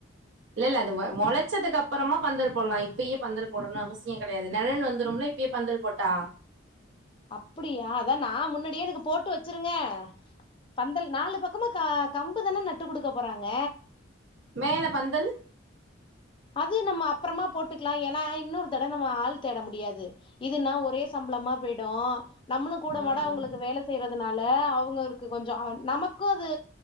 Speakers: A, on the right; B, on the left.
A: இல்லல்ல அது மொளச்சதுக்கப்பறமா பந்தல் போல்லா இப்பயே பந்தல் போடணுன் அவசியங் கெடயாது நெழல் வந்துரும்ல இப்பயே பந்தல் போட்டா
B: அப்டியா அதா நா முன்னாடியே எனக்கு போட்டு வெச்சிருங்க பந்தல் நாலு பக்கமு க கம்புதான நட்டு குடுக்க போறாங்க
A: மேல பந்தல்
B: அது நம்ம அப்றமா போட்டுக்லா ஏனா இன்னொரு தடவ நம்ம ஆள் தேட முடியாது இதுன்னா ஒரே சம்பளமா போய்டு நம்மளு கூட
A: ம்
B: மாட அவுங்களுக்கு வேல செய்றதுனால அவுங்களுக்கு கொஞ்ச நமக்கு அது